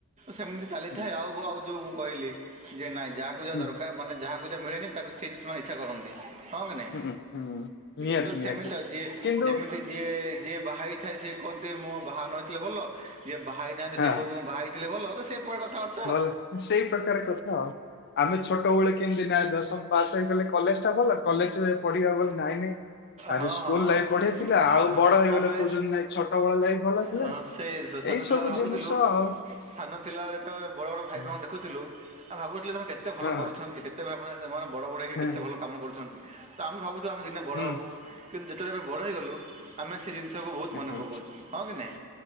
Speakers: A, on the right; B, on the left.
A: ସେମିତି ଚାଲିଥାଏ।
B: ହୁଁ
A: ଆଉ ଆଉ ଯଉ, ମୁଁ କହିଲି ଯେ ନାଇଁ ଯାହାକୁ ଯାହା
B: ହୁଁ
A: ଦରକାର ମାନେ ଯହାକୁ ଯା ମିଳେନି, ତାକୁ ସିଏ ଯେ ସେମାନେ ଇଚ୍ଛା କରନ୍ତି। ହଁ କି ନାଇଁ?
B: ହୁଁ ହୁଁ ନିହାତି
A: ତ ସେମିତି
B: ନିହାତି
A: ଆଉ ଯିଏ
B: କିନ୍ତୁ
A: ଯେମିତି ଯିଏ ଯିଏ ବାହାଥାଏ ସିଏ କୁହନ୍ତି, ମୋ ବାହା ନ ହେଇଥିଲେ ଭଲ। ଯିଏ ବାହା ହେଇ ନାହାଁନ୍ତି,
B: ହଁ
A: ସେ କୁହନ୍ତି ମୁଁ ବାହାହେଇ ଥିଲେ ଭଲ। ତ ସେ ପ୍ରକାର କଥା ବାର୍
B: ଭଲ ସେଇ ପ୍ରକାର କଥା ଆଉ। ଆମେ ଛୋଟବେଳେ କେମତି ନାଇ ଦଶମ ପାସ ହୋଇଗଲେ। କଲେଜ ଟା ଭଲ। କଲେଜ ପଢିବାକୁ ଗଲେ, ନାଇଁ ନାଇଁ ଆରେ
A: ହଁ
B: ସ୍କୁଲ
A: ହଁ ହଁ ହଁ
B: ଲାଇଫ୍ ବଢିଆ ଥିଲା। ଆଉ
A: ଆ- ହଁ,
B: ବଡ ହେଇଗଲେ
A: ଆମେ
B: କହୁଛନ୍ତି, ନାଇଁ ଛୋଟ ବଳ ଲାଇଫ୍ ଭଲ ଥିଲା।
A: ହଁ, ସେ ସାନ
B: ଏଇ
A: ଥିଲାବେଳେ
B: ସବୁ
A: ଭାବୁଥିଲୁ
B: ଜିନିଷ ଆଉ।
A: ସାନ ଥିଲାବେଳେ ତ ବଡ଼ ବଡ଼ ଭାଇମାଙ୍କୁ
B: ହୁଁ,
A: ଦେଖୁଥୁଲୁ। ଆମେ ଭାବୁଥିଲୁ ତ ସେମା କେତେ ଭଲ
B: ହଁ
A: କରୁଛନ୍ତି, କେତ୍ ତେ ଭାବନା ଏମାନେ ବଡ଼ ବଡ଼ ହେଇକିରି
B: ହଁ
A: କେତେ ଭଲ କାମ କରୁଛନ୍ତି ତ, ଆମେ ଭାବୁଛୁ ଆମେ ଦିନେ ବଡ଼
B: ହୁଁ
A: ହବୁ। କିନ୍ତୁ ଯେତେବେଳେ ଆମେ ବଡ଼ ହେଇଗଲୁ, ଆମେ ସେ ଜିନିଷକୁ ବହୁତ
B: ହୁଁ
A: ମନେ
B: ହୁଁ
A: ପକଉଚୁ। ହଁ କି ନାଇଁ?